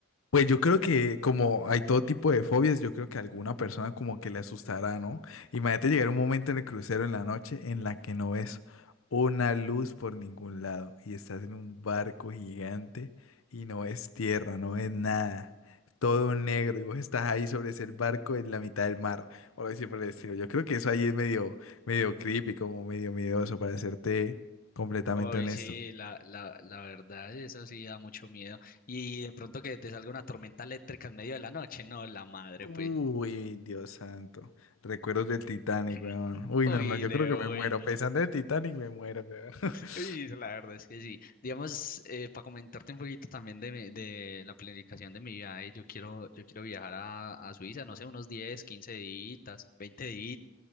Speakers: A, on the left; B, on the left.
A: Pues yo creo que como hay todo tipo de fobias, yo creo que a alguna persona como que le asustará, ¿no? Imagínate llegar un momento en el crucero en la noche en la que no ves una luz por ningún lado y estás en un barco gigante y no ves tierra, no ves nada, todo negro y vos estás ahí sobre ese barco en la mitad del mar o algo así por el estilo. Yo creo que eso ahí es medio, medio creepy, como medio miedoso para serte completamente
B: Hoy
A: honesto.
B: sí, la, la, la verdad, eso sí da mucho miedo. Y de pronto que te salga una tormenta eléctrica en medio de la noche, no, la madre,
A: Uy,
B: pues.
A: Dios santo. Recuerdos del Titanic,
B: <clears throat>
A: weón. Uy,
B: Uy,
A: no, no, yo
B: de
A: creo que me
B: bueno.
A: muero. Pensando en el Titanic, me muero, weón. <laughs>
B: Y la verdad es que sí. Digamos, para comentarte un poquito también de, mi- de la planificación de mi viaje, yo quiero, yo quiero viajar a, a Suiza, no sé, unos 10, 15 días, 20 días,